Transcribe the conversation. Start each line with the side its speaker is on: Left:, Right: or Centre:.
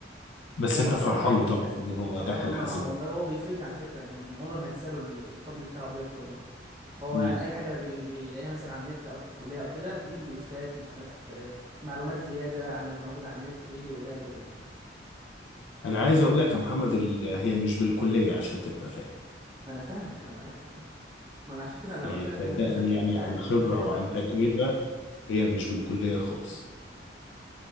Left: بس
Right: هو
Left: انت
Right: بس الصراحه
Left: فرحان
Right: كان ملتزم
Left: له طبعا ان هو
Right: فرحان
Left: دخل
Right: له طبعا
Left: حاسبات
Right: والله هو بيفيدني على فكره يعني انا عمري ما انسى له الفضل بتاعه بجد والله هو
Left: مم.
Right: يعني اي حاجه بي- بيلاقيها مثلا على النت او في الكليه او كده بي بي دي افات مش عارف آه، معلومات زياده عن اللي موجود على النت بيجي يقولها لي وكده
Left: انا عايز اقول لك يا محمد ال- هي مش بالكليه عشان تبقى فاهم
Right: ما انا فاهمك ما انا عارف اه ما انا عشان كده انا
Left: يعني
Right: قلت لك
Left: صدقني
Right: انا دخلت
Left: يعني
Right: الاداب
Left: عن خبره
Right: عشان الاقي
Left: وعن
Right: وقت
Left: تجربه هي مش بالكليه خالص